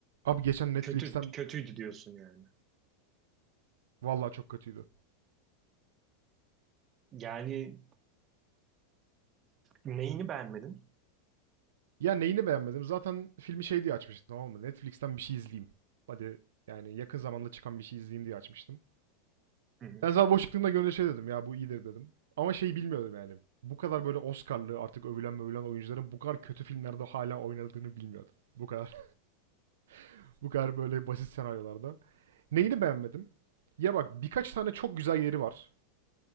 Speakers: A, on the right; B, on the right.
A: Abi geçen Netflix'ten
B: Kötü kötüydü diyorsun yani.
A: vallahi çok kötüydü.
B: Yani neyini beğenmedin?
A: Ya neyini beğenmedim? Zaten filmi şey diye açmıştım tamam mı? Netflix'ten bir şey izleyeyim. Hadi yani yakın zamanda çıkan bir şey izleyeyim diye açmıştım.
B: Hı hı.
A: Denzel Washington'la görünce şey dedim ya bu iyidir dedim. Ama şeyi bilmiyordum yani. Bu kadar böyle Oscar'lı artık övülen mövülen oyuncuların bu kadar kötü filmlerde hala oynadığını bilmiyordum. Bu kadar <laughs> bu kadar böyle basit senaryolarda. Neyini beğenmedim? Ya bak birkaç tane çok güzel yeri var.